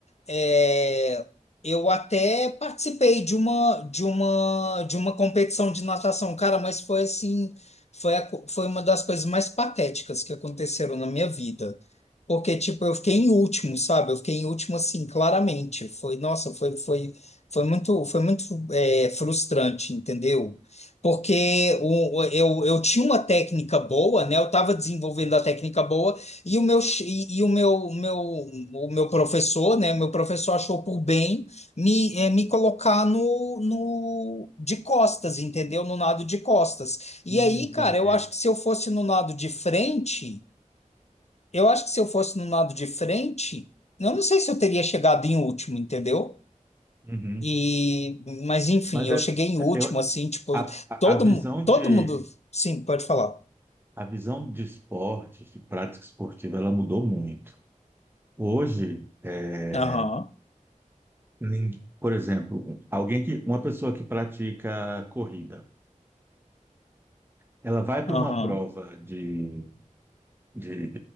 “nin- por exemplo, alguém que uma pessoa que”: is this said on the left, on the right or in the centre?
Right